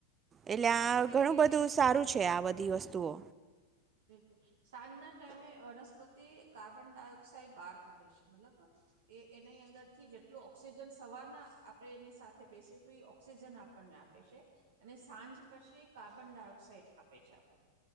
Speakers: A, on the right; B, on the right.
A: એટલે
B: અ
A: આ
B: કેમ
A: ઘણું
B: કે
A: બધું સારું છે આ બધ ધી વસ્તુઓ
B: બિલકુલ સાંજના ટાઈમે વનસ્પતિ કાર્બન ડાયોક્સાઇડ બહાર કાઢે છે મતલબ એ એનીની અંદરથી જેટલું ઓક્સિજન સવારના આપણે એની સાથે બેસીએ તો એ ઓક્સિજન આપણને આપે છે અને સાંજ પછી કાર્બન ડાયોક્સાાઈડ આપે છે આપણને